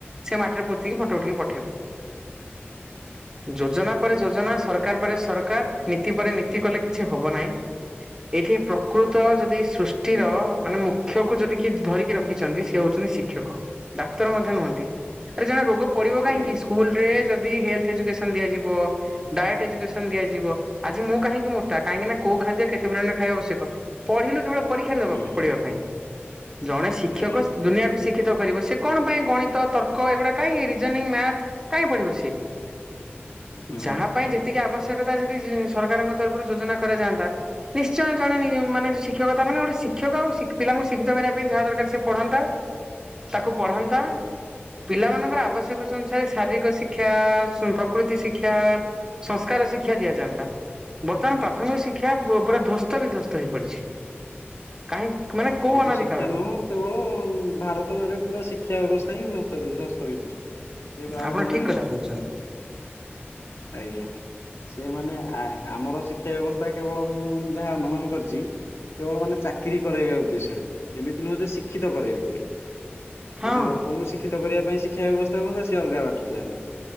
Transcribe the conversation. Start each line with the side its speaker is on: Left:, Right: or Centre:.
Right: ସେ ମାଟିରେ ପୋତିକି ଫଟୋ ଉଠେଇି ପଠେଇବ। ଯୋଜନା ପରେ ଯୋଜନା ସରକାର ପରେ ସରକାର ନୀତି ପରେ ନୀତି କଲେ କିଛି ହବ ନାହିଁ। ଏଇଠି ପ୍ରକୃତ ଯଦି ସୃଷ୍ଟିର ମାନେ ମୁ। ଶିକ୍ଷକୁ ଯଦି କି ଧରିକି ରଖିଛନ୍ତି ସେଏ ହଉଛନ୍ତି ଶିକ୍ଷକ ଡାକ୍ତର ମଧ୍ୟ ନୁହନ୍ତି। ଏ ଜଣେ ରୋଗ ପଡିବ କାହିଁକି
Left: ଆଜ୍ଞା
Right: ସ୍କୁଲ ରେ ଯଦି ହେଲଥ ଏଜୁକେସନ ଦିଆଯିବ। ଡଏଟ୍ ଏଜୁକେସନ ଦିଆଯିବ ଆଜି ମୁଁ କାହିଁକି ମୋଟା କାହିଁକି ନା କୋଉ ଖାଦ୍ୟ କେତେ ପରିମାଣରେ ଖାଇବା ଆବଶ୍ୟକ। ପଢିଲୁ କେବଳ ପରୀକ୍ଷାରେ ଦବା
Left: ହୁଁ ହୁଁ
Right: ପଢିବା ପାଇଁ ଜଣେ ଶିକ୍ଷକ
Left: ଆଜ୍ଞା
Right: ଦୁନିଆକୁ ଶି ଶିକ୍ଷିତ କରିବ ସିଏ କଣ ପାଇଁ ଗଣିତ ତର୍କ ଏଗୁଡା କାଇଁ ରିଜଙ୍ଗି ମ୍ୟାର୍ଥ କାଇଁ ପଢିବ ସେ।
Left: ହୁଁ
Right: ଯାହା ପାଇଁ ଯେତିକି ଆବଶ୍ୟକତା ଯଦି ସରକାରଙ୍କ ତରଫରୁ ଯୋଜନା କରାଯାଆନ୍ତା। ନିଶ୍ଚୟ ଜଣେ ନି ମାନେ ଶିକ୍ଷକତା ମାନେ ଗୋଟେ ଶିକ୍ଷକ ଆଉ ସ ପିଲାଙ୍କୁ ଶିକ୍ଷିତ କରିବା ପାଇଁ ଯାହା ଦରକାର ସେ ପଢନ୍ତା ତାକୁ ପଢନ୍ତା।
Left: ଆଜ୍ଞା।
Right: ପିଲାମାନାନଙ୍କର ଆବଶ୍ୟକତା ଅନୁସାରେ ଶାରୀରିକ ଶିକ୍ଷା ପ୍ରକୃତି ଶିକ୍ଷା ସଂସ୍କାର ଶିକ୍ଷା ଦିଆଯାନ୍ତା ବର୍ତ୍ତମାନ ପ୍ରାଥମିକ ଶିକ୍ଷା ପୁରା ଧ୍ଵସ୍ତ ବିଧ୍ଵସ୍ତ ହେଇ ପଡିଛି। କାହିଁ ମାନେ
Left: ପ୍ରାଥମିକ
Right: କୋଉ ଅନାଦି
Left: ଶିକ୍ଷା
Right: କାଳରୁ
Left: ନୁହଁ। କେବଳ ଭାରତରେ ପୁରା ଶିକ୍ଷା ବ୍ୟବସ୍ଥା ହିଁ ଧସ୍ତ ବିଧ୍ୱସ୍ତ। ସେ ଆଉ
Right: ଆପଣ
Left: ମାନେ
Right: ଠିକ କଥା କହୁଛନ୍ତି
Left: ଆଜ୍ଞା। ସେ ମାନେ ଆ ଆମର ଶିକ୍ଷା ବ୍ୟବସ୍ଥା କେବଳ ମୁଁ ଯାହା ଅନୁମାନ କରିଛି କେବଳ ମାନେ ଚାକିରି କରାଇବା ଉଦ୍ଦେଶ୍ୟରେ ଏମିତି ନୁହଁ ଯେ ଶିକ୍ଷିତ କରାଇବେ ବୋଲି
Right: ହଁ
Left: ଯଦି ଲୋ ଙ୍କୁ ଶଶିକ୍ଷିତ କରିବା ପାଇଁ ଶିକ୍ଷ ବ୍ୟବସ୍ଥା ହୁଅତା ସେ ଅଲଗା ବାଟରେ ଯାଆନ୍ତା